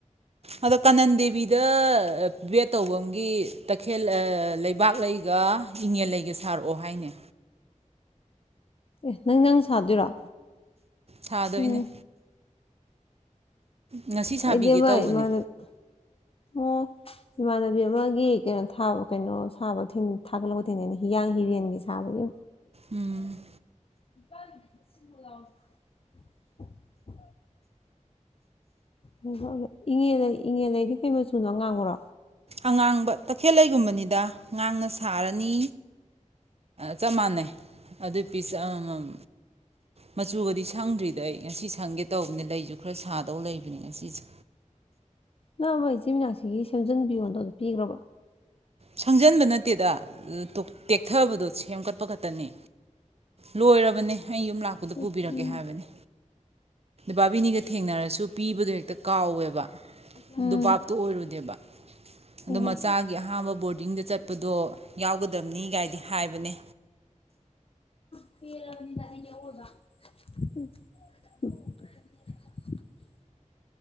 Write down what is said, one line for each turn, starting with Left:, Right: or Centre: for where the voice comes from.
Right: ꯑꯗꯣ ꯀꯥꯅꯟ ꯗꯦꯕꯤꯗ ꯕꯦꯏꯠ ꯇꯧꯕꯒꯤ ꯇꯈꯦꯜ ꯂꯩꯕꯥꯛ ꯂꯩꯒ ꯏꯪꯉꯦꯜ ꯂꯩꯒ ꯁꯥꯔꯛꯑꯣ ꯍꯥꯏꯅꯦ
Left: ꯑꯦ ꯅꯪ ꯅꯪ ꯁꯥꯗꯣꯏꯔꯣ
Right: ꯁꯥꯗꯣꯏꯅꯦ
Left: ꯎꯝ
Right: ꯉꯁꯤ ꯁꯥꯕꯤꯒꯦ
Left: ꯑꯩꯗꯤ ꯑꯃ
Right: ꯇꯧꯕꯅꯦ
Left: ꯏꯃꯥꯟꯅꯕꯤ ꯑꯣ ꯏꯃꯥꯟꯅꯕꯤ ꯑꯃꯒꯤ ꯀꯩꯅꯣ ꯀꯩꯅꯣ ꯁꯥꯕ ꯊꯥꯒꯠꯂꯛꯄ ꯊꯦꯡꯅꯩꯅꯦ ꯍꯤꯌꯥꯡ ꯍꯤꯔꯦꯟꯒꯤ ꯁꯥꯕꯒꯤ
Right: ꯎꯝ
Left: <unintelligible> <unintelligible> <unintelligible> ꯏꯉꯦꯂꯩꯗꯤ ꯀꯩ ꯃꯆꯨꯅꯣ ꯑꯉꯥꯡꯕ꯭ꯔꯣ
Right: ꯑꯉꯥꯡꯕ ꯇꯈꯦꯜꯂꯩꯒꯨꯝꯕꯅꯤꯗ ꯉꯥꯡꯅ ꯁꯥꯔꯅꯤ ꯆꯞ ꯃꯥꯟꯅꯩ ꯑꯗꯨꯏ ꯄꯤꯁ ꯑꯃꯃꯝ ꯃꯆꯨꯒꯗꯤ ꯁꯪꯗ꯭ꯔꯤꯗ ꯑꯩ ꯉꯁꯤ ꯁꯪꯒꯦ ꯇꯧꯕꯅꯤ ꯂꯩꯁꯨ ꯈꯔ ꯁꯥꯗꯧ ꯂꯩꯕꯅꯤ ꯉꯁꯤꯁꯦ
Left: ꯅꯪ ꯑꯃ ꯏꯆꯤ ꯃꯅꯥꯛꯁꯤꯒꯤ ꯁꯦꯝꯖꯟꯕꯤꯌꯣꯗꯣ ꯑꯗꯨ ꯄꯤꯈ꯭ꯔꯕꯣ
Right: ꯁꯪꯖꯟꯕ ꯅꯠ ꯇꯦꯗ ꯇꯦꯛꯊꯕꯗꯣ ꯁꯦꯝꯀꯠꯄ ꯈꯛꯇꯅꯤ ꯂꯣꯏꯔꯕꯅꯦ ꯑꯩ ꯌꯨꯝ ꯂꯥꯛꯄꯗ ꯄꯨꯕꯤꯔꯛꯀꯦ
Left: ꯎꯝ
Right: ꯍꯥꯏꯕꯅꯤ ꯕꯥꯕꯤꯅꯤꯒ ꯊꯦꯡꯅꯔꯁꯨ ꯄꯤꯕꯗꯣ ꯍꯦꯛꯇ ꯀꯥꯎꯋꯦꯕ
Left: ꯎꯝ
Right: ꯗꯨꯕꯥꯞꯇꯨ ꯑꯣꯏꯔꯨꯗꯦꯕ ꯑꯗꯨ
Left: ꯎꯝ
Right: ꯃꯆꯥꯒꯤ ꯑꯍꯥꯥꯟꯕ ꯕꯣꯔꯗꯤꯡꯗ ꯆꯠꯄꯗꯣ ꯌꯥꯎꯒꯗꯕꯅꯤ ꯀꯥꯏꯗꯤ ꯍꯥꯏꯕꯅꯦ
Left: <unintelligible>